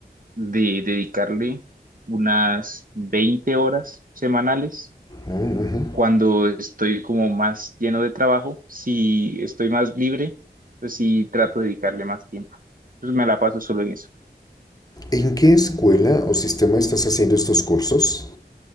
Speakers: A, on the right; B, on the left.
A: de dedicarle unas 20 horas semanales.
B: Mm, ujú.
A: Cuando estoy como más lleno de trabajo, si estoy más libre, pues sí trato de dedicarle más tiempo. Entonces me la paso solo en eso.
B: ¿En qué escuela o sistema estás haciendo estos cursos?